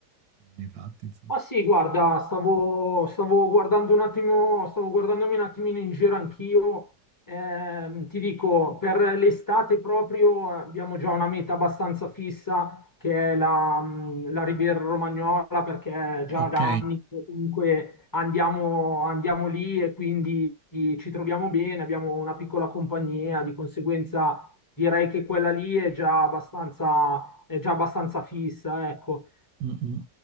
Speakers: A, on the right (about 80°); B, on the left (about 25°).
A: Non ne hai fatti, insomma.
B: Ah sì, guarda, stavo, stavo guardando un attimo, stavo guardandomi un attimino in giro anch'io. Ehm, ti dico, per l'estate proprio eh, abbiamo già una meta abbastanza fissa che è la, mh, la Riviera Romagnola perché già
A: Ok.
B: da anni che comunque andiamo, andiamo lì e quindi ci troviamo bene, abbiamo una piccola compagnia, di conseguenza direi che quella lì è già abbastanza, è già abbastanza fissa, ecco.
A: Mm, mm.